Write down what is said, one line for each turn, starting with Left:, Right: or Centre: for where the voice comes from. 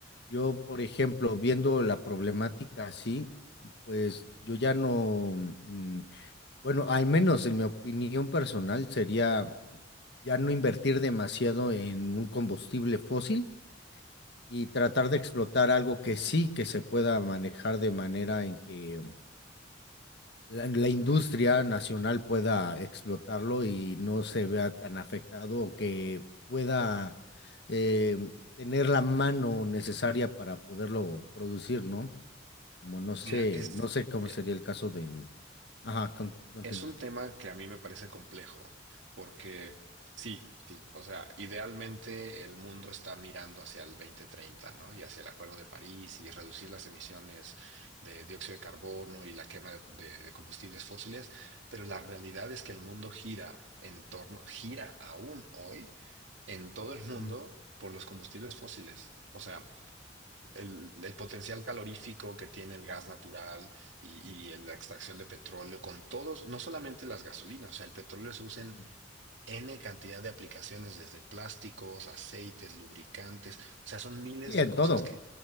Left: yo, por ejemplo, viendo la problemática así, pues yo ya no, mm, bueno, al menos en mi opinión personal sería ya no invertir demasiado en un combustible fósil y tratar de explotar algo que sí que se pueda manejar de manera en que la, la industria nacional pueda explotarlo y no se vea tan afectado o que pueda eh, tener la mano necesaria para poderlo producir, ¿no? Como no sé,
Right: Mira, es,
Left: no sé cómo
Right: eh,
Left: sería el caso del... Ajá, con- continúa.
Right: Es un tema que a mí me parece complejo, porque sí, sí, o sea, idealmente el mundo está mirando hacia el 2030, ¿no? Y hacia el Acuerdo de París y reducir las emisiones de dióxido de carbono y la quema de, de- de combustibles fósiles, pero la realidad es que el mundo gira en torno, gira aún hoy en todo el mundo
Left: Ujú,
Right: por los combustibles fósiles. O sea, el, el potencial calorífico que tiene el gas natural y, y la extracción de petróleo con todos, no solamente las gasolinas, o sea, el petróleo se usa
Left: ujú.
Right: en N cantidad de aplicaciones, desde plásticos, aceites, lubricantes, o sea, son miles
Left: Sí,
Right: de
Left: en
Right: cosas
Left: todo.
Right: que,